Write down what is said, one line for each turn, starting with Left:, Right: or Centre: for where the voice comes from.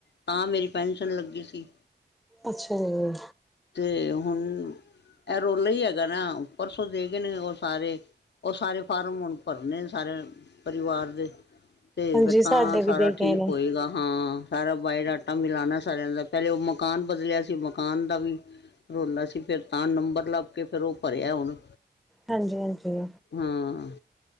Left: ਤਾਂ ਮੇਰੀ ਪੈਨਸ਼ਨ ਲੱਗੀ ਸੀ।
Centre: ਅੱਛਾ ਜੀ।
Left: ਅਤੇ ਹੁਣ ਇਹ ਰੌਲਾ ਹੀ ਹੈਗਾ ਨਾ, ਪਰਸੋਂ ਦੇ ਗਏ ਨੇ ਉਹ ਸਾਰੇ ਉਹ ਸਾਰੇ, ਫਾਰਮ ਹੁਣ ਭਰਨੇ ਨੇ ਸਾਰੇ ਪਰਿਵਾਰ ਦੇ। ਤੇ
Centre: ਹਾਂਜੀ
Left: ਫਿਰ ਤਾਂ
Centre: ਸਾਡੇ ਵੀ
Left: ਸਾਰਾ
Centre: ਦੇ
Left: ਠੀਕ
Centre: ਗਏ ਨੇ,
Left: ਹੋਏਗਾ, ਹਾਂ ਸਾਰਾ ਬਾਇਓਡਾਟਾ ਮਿਲਾਉਣਾ ਰਹਿੰਦਾ, ਪਹਿਲੇ ਉਹ ਮਕਾਨ ਬਦਲਿਆ ਸੀ, ਮਕਾਨ ਦਾ ਵੀ ਰੌਲਾ ਸੀ, ਫਿਰ ਤਾਂ ਨੰਬਰ ਲੱਭ ਕੇ ਫਿਰ ਉਹ ਭਰਿਆ ਹੁਣ
Centre: ਹਾਂਜੀ- ਹਾਂਜੀ।
Left: ਹਾਂ,